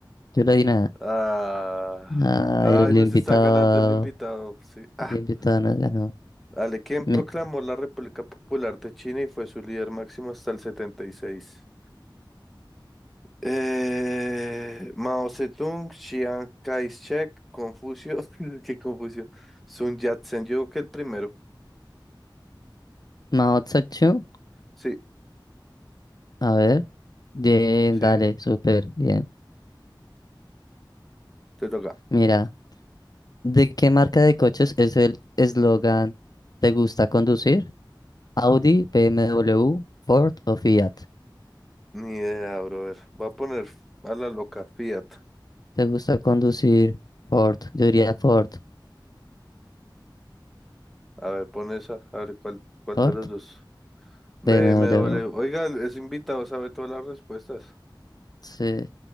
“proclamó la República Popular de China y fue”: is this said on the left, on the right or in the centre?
Centre